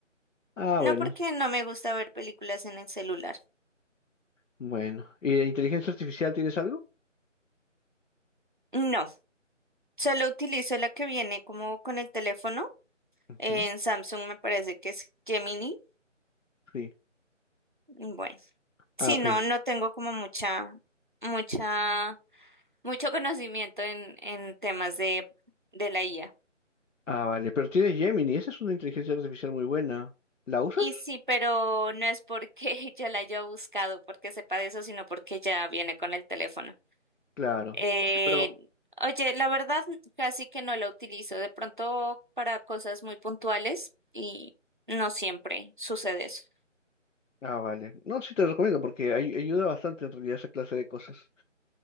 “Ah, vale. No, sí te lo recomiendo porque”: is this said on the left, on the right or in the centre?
Left